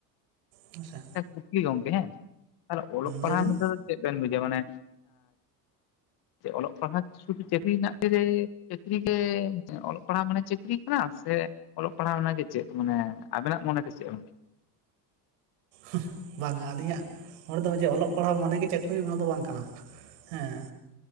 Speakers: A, on the right (about 85°); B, on the left (about 55°).
A: ᱦᱮᱸ ᱥᱮᱼᱼ
B: ᱢᱤᱫᱴᱟᱝ ᱠᱩᱠᱞᱤ ᱜᱚᱢᱠᱮ ᱦᱮᱸ ᱚᱞᱚᱜ ᱯᱟᱲᱦᱟᱜ
A: ᱞᱟᱹᱭᱵᱤᱱ
B: ᱢᱮᱱ ᱛᱮᱫᱚ ᱪᱮᱫ ᱵᱮᱱ ᱵᱩᱡᱟᱣᱟ ᱢᱟᱱᱮᱼᱼ ᱡᱮ ᱚᱞᱚᱜ ᱯᱟᱲᱦᱟᱜᱼᱼ ᱥᱩᱫᱩ ᱪᱟᱹᱠᱨᱤ ᱨᱮᱱᱟᱜ ᱛᱮᱜᱮ ᱪᱟᱹᱠᱨᱤ ᱜᱮ ᱚᱞᱚᱜ ᱯᱟᱲᱦᱟᱜ ᱢᱟᱱᱮ ᱪᱟᱹᱠᱨᱤ ᱠᱟᱱᱟ ᱥᱮ ᱚᱞᱚᱜ ᱯᱟᱲᱦᱟᱣ ᱚᱱᱟᱱᱟᱜᱮ <inaudible> ᱪᱮᱫ ᱢᱟᱱᱮ ᱟᱵᱮᱱᱟᱜ ᱢᱚᱱᱮ ᱫᱚ ᱪᱮᱫ ᱮᱢ
A: ᱦᱩᱦ ᱵᱟᱝ ᱟᱹᱞᱤᱧᱟᱜ ᱚᱸᱰᱮ ᱫᱚ ᱡᱮ ᱚᱞᱚᱜ ᱯᱟᱲᱦᱟᱜ ᱢᱚᱱᱮ ᱪᱟᱹᱠᱨᱤ ᱚᱱᱟ ᱫᱚ ᱵᱟᱝ ᱠᱟᱱᱟ᱾ ᱦᱮᱸ